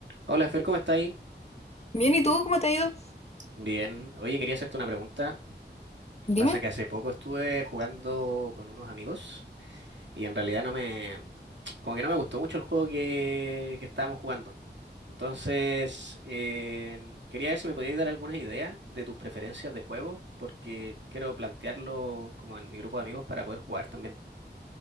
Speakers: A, on the right; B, on the left.
A: Hola, Fer, ¿cómo estáis?
B: Bien, ¿y tú cómo te ha ido?
A: Bien. Oye, quería hacerte una pregunta.
B: Dime.
A: Pasa que hace poco estuve jugando con unos amigos y en realidad no me, como que no me gustó mucho el juego que, que estábamos jugando. Entonces, eh, quería ver si me podías dar algunas ideas de tus preferencias de juegos, porque quiero plantearlo como en mi grupo de amigos para poder jugar también.